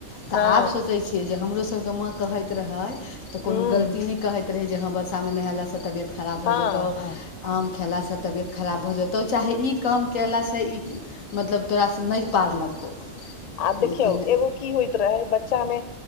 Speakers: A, on the left; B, on the left.
A: तऽ
B: हँ
A: आब सोचैय छियै, जे हमरोसभके माँ कहैत रहै, तऽ
B: हूँ
A: कोनो गलती नहि कहै रहै जे हाॅं वर्षा में नहेलासे तबियत खराब भऽ
B: हँ
A: जेतौ,
B: हँ
A: आम खयेलासे तबियत खराब भऽ जेतौ। चाहे ई काम कयलासे ई मतलब तोरासे नहि पार लगतौ।
B: आब देखियो
A: लेकिन
B: एगो की होइत रहै, बच्चा में